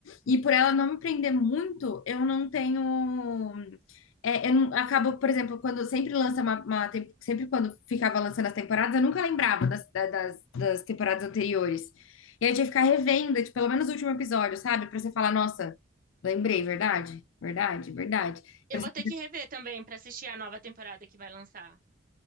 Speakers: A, on the left (about 75°); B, on the right (about 40°).
A: e por ela não me prender muito, eu não tenho, é, eu não, acabo, por exemplo, quando sempre lança uma, uma tem- sempre quando ficava lançando as temporadas, eu nunca lembrava das, da- das, das temporadas anteriores. E aí eu tinha que ficar revendo, tipo, pelo menos o último episódio, sabe? Pra você falar, nossa, lembrei, verdade? Verdade, verdade. Pra
B: Eu
A: você-
B: vou ter que rever também pra assistir a nova temporada que vai lançar.